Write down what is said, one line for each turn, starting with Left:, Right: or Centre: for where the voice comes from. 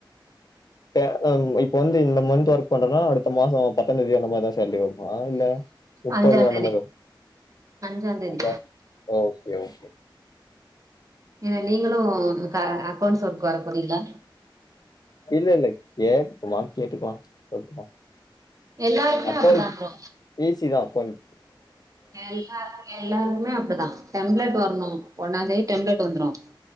Left: ம்ஹம் இப்ப வந்து இந்த மந்த் ஒர்க் பண்றேனா அடுத்த மாசம் பத்தாம் தேதி அந்த மாரி தான் சேல்ரி வரும் ஆ இல்ல முப்பது
Right: அஞ்சாந்
Left: அந்தமாரி
Right: தேதி
Left: வரும்
Right: அஞ்சாந் தேதி
Left: அதான் ஓகே ஓகே
Right: ஏன நீங்களும் அ அக்கௌண்ட்ஸ் ஒர்க் வர போறீங்களா
Left: இல்ல இல்ல கேட் சும்மா கேட்டுகலாம் அப்டி தா
Right: எல்லாருக்குமே
Left: அக்கௌண்ஸ்
Right: அப்டிதா ப்ரோ
Left: ஈசிதான் அக்கௌண்
Right: எல்லாரு எல்லாருக்குமே அப்டிதான் டெம்ப்லெட் வரணும் ஒன்னாந்தேதி டெம்ப்லெட் வந்துரும்